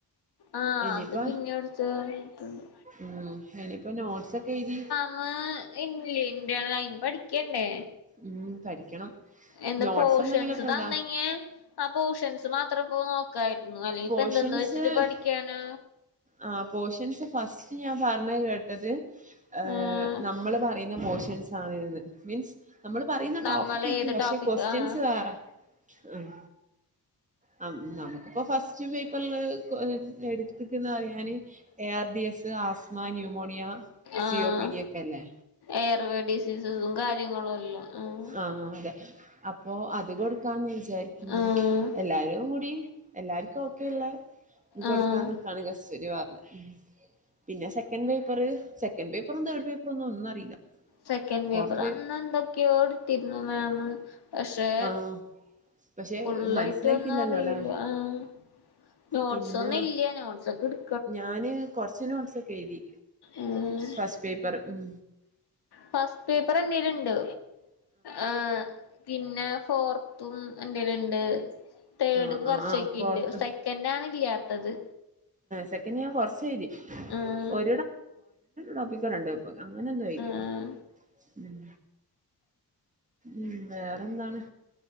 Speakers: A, on the left (about 75°); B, on the right (about 20°).
A: ആഹ്
B: ഇനിയിപ്പ
A: അത് പിന്നെടുത്ത പറഞ്ഞിട്ടുണ്ട്
B: ഉം ഇനിപ്പോ നോട്സ് ഒക്കെ എഴുതി
A: ആഹ് ഇല്ല ഇറ്റേണ് അയിന് പഠിക്കണ്ടേ
B: ഉം പഠിക്കണം
A: എന്ത്
B: നോട്ട്സ്
A: പോഷൻസ്
B: എന്തെങ്കിലൊക്കെ
A: താന്നെങ്കി
B: ഇണ്ടാ
A: ആ പോഷൻസ് മാത്രം പോ നോക്കായിരുന്നു അല്ലെങ്കിൽ
B: പോഷൻസ്
A: ഇപ്പ എന്തെന്ന് വെച്ചിട്ട് പഠിക്കാന്
B: ആ പോഷൻസ് ഫസ്റ്റ് ഞാൻ പറഞ്ഞത് കേട്ടത് ഏഹ്
A: ആഹ്
B: നമ്മള് പറയുന്ന പോഷൻസ് ആണ്ന്ന് മീൻസ് നമ്മള് പറയുന്ന
A: നമ്മള്
B: ടോപ്പിക്ക്യ്ക്കും
A: ഏത്
B: പക്ഷെ
A: ടോപ്പിക്
B: ക്വസ്റ്റ്യൻസ്
A: ആഹ്
B: വേറെ ആഹ് ആ നമുക്കിപ്പോ ഫസ്റ്റ് ഇള്ള എടുന്ന് അറിയാന് A R D S asthma pneumonia
A: ah
B: C O P D F എല്ലേ
A: എയർവേ ഡിസീസസും കാര്യങ്ങളും എല്ലാം ആഹ്
B: ആഹ് അതെ അപ്പൊ അത് കൊടുക്കാന്ന് വിചാരിക്കുന്നു
A: ആഹ്
B: എല്ലാരും കൂടി എല്ലാവർക്കും ഒക്കെയ ഉള്ള ഇത് കൊടുക്കാന്നൊക്കാണ്
A: ആഹ്
B: കശൂരി പറഞ്ഞത് പിന്നെ സെക്കൻഡ് പേപ്പർ സെക്കൻഡ് പേപ്പറും തേർഡ് പേപ്പറും ഒന്നും ഒന്നും അറിയില്ല
A: സെക്കൻഡ്
B: ഫോർത്ത്
A: പേപ്പർ
B: പേപ്പ
A: അന്ന് എന്തൊക്കെയോ എടുത്തിരുന്നു മാം പക്ഷെ
B: ആഹ് പക്ഷെ
A: ഫുള്ളായിട്ട്
B: മനസ്സിലാക്കില്ലല്ലോ
A: ഒന്നും അറിയില്ല
B: അല്ലെ
A: ആഹ് നോട്ട്സ്
B: പിന്നെ
A: ഒന്നും ഇല്ല നോട്ട്സ് ഒക്കെ എടു
B: ഞാന് കൊറച്ച് നോട്ട്സ് ഒക്കെ എഴുതി
A: ഉം
B: ഫസ്റ്റ് പേപ്പർ ഉം
A: ഫസ്റ്റ് പേപ്പർ എന്തേിലുണ്ട് ആഹ് പിന്നെ ഫോർത്തും എന്റെല് ഉണ്ട് തേർഡും
B: ആഹ്
A: കുറച്ചൊക്കെുണ്ട്
B: ആഹ് ആഹ് ഫോർത്ത്
A: സെക്കൻഡ് ആണ് ഇല്ലാത്തത്
B: സെക്കൻ് ഞാൻ കൊറച്ച് എഴുതി
A: ആഹ്
B: ഒ ടോപ്പിക്കോ രണ്ടേ അങ്ങനെ എന്തോ എയ്തെള്ളോ
A: ആഹ്
B: ഉം ഉം വേറെന്താണ്